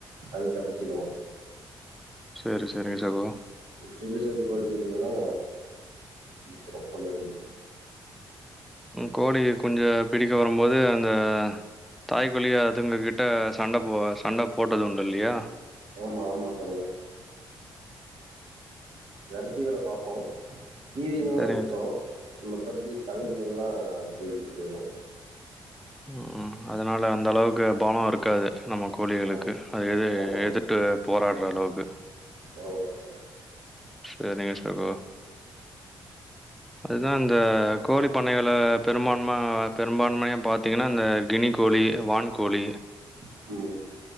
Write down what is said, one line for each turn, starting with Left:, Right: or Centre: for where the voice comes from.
Right: அது தப்பிச்சுரு
Centre: செரி செரிங் சகோ
Right: சிறு சிறு கோழி குஞ்சுகலெல்லா பிடிச்சிரு ஒன்னு ரெண்டு
Centre: கோழி குஞ்ச பிடிக்க வரும்போது அந்த தாய்கோழி அதுங்க கிட்ட சண்ட போ சண்ட போட்டது உண்டு இல்லையா
Right: ஆமா ஆமா சகோ விரட்டி விட பாக்கு கீரிங்கல்லா
Centre: சேரிங்க
Right: விட்ரு மத்த படி கழுகுகல்லா தூக்கிட்டு போயிரு
Centre: அ அதனால அந்த அளவுக்கு பலோ இருக்காது நம்ம கோழிகளுக்கு
Right: ஆம்
Centre: அதுவே எது
Right: ஆமா
Centre: எதிர்த்து போராட்ற அளவுக்கு
Right: ஆமா சகோ
Centre: செரிங்க சகோ அதுதா அந்த கோழி பண்ணைகள பெரும்பான்ம பெரும்பான்மையா பாத்திங்கனா இந்த கினிக்கோழி வான்கோழி
Right: <inaudible>